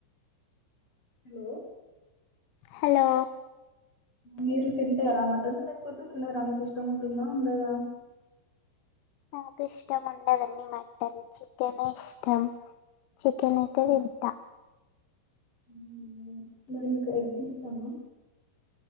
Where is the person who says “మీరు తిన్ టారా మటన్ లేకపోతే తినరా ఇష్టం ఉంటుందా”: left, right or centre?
Left